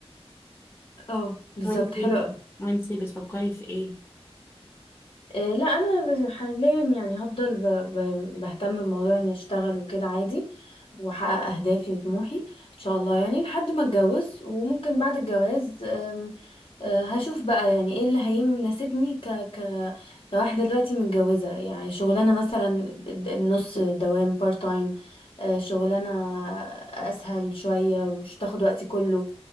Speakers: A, on the left; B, on the left.
A: اه بالظبط
B: وانتي
A: حلو
B: وانتي بتفكري في ايه ان
A: إيه، لا انا بس- حاليا يعني هفضل ب... ب... بهتم بموضوع اني اشتغل وكده عادي واحقق اهدافي وطموحي ان شاء الله يعني لحد ما اتجوز وممكن بعد الجواز أم، أه، هشوف بقى يعني ايه اللي هيناسبني ك... ك... كواحدة دلوقتي متجوزة يعني شغلانة مثلا د- نص دوام بارت تايم شغلانة اسهل شوية مش تاخد وقتي كله